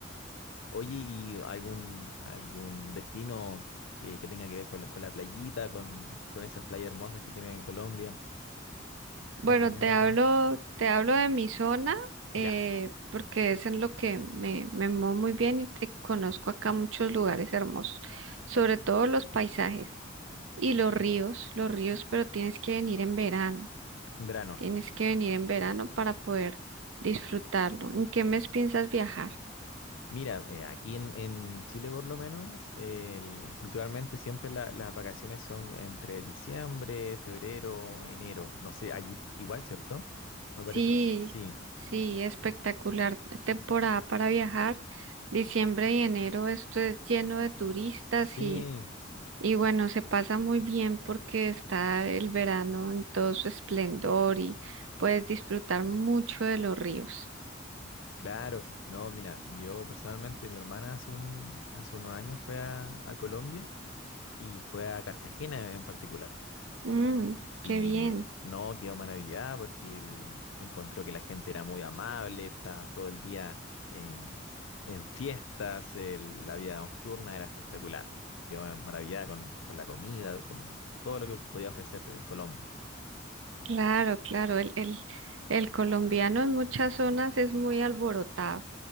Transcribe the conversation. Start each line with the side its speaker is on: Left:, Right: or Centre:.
Left: Oye, ¿y algún, algún destino que, que tenga que ver con la, con la playita, con, con esas playas hermosas que tiene Colombia?
Right: Bueno,
Left: ¿Me recomienda
Right: te hablo,
Left: alguno?
Right: te hablo de mi zona, eh,
Left: Ya,
Right: porque es en lo que me, me muevo muy bien y te conozco acá muchos lugares hermosos, sobre todo los paisajes y los ríos, los ríos, pero tienes que venir en verano,
Left: en verano.
Right: tienes que venir en verano para poder disfrutarlo. ¿En qué mes piensas viajar?
Left: Mira, eh, aquí en, en Chile por lo menos, el- culturalmente siempre la- las vacaciones son entre diciembre, febrero, enero. No sé, allí igual, ¿cierto? Me parece
Right: Sí,
Left: que sí. Sí,
Right: sí, espectacular temporada para viajar. Diciembre y enero, esto es lleno de turistas
Left: sí,
Right: y Y bueno, se pasa muy bien porque está el verano en todo su esplendor y puedes disfrutar mucho de los ríos.
Left: claro. No, mira, yo personalmente, mi hermana hace, un, hace unos años fue a a Colombia. y fue a Cartagena en particular.
Right: Mm,
Left: Y
Right: qué bien.
Left: eh, no, quedó maravillada porque él encontró que la gente era muy amable, estaba todo el día eh, en fiestas, el- la vida nocturna era espectacular. Quedó maravillada con, con la comida, con todo lo que podía ofrecer eh, Colombia.
Right: Claro, claro. El, el, el colombiano en muchas zonas es muy alborotado,